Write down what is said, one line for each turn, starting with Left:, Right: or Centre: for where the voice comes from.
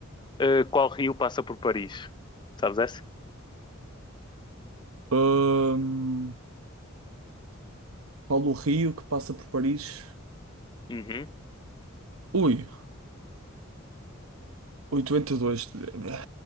Left: Eh, qual rio passa por Paris? Sabes essa?
Right: Ahm, Paulo Rio que passa por Paris.
Left: Uhum.
Right: Ui, 882,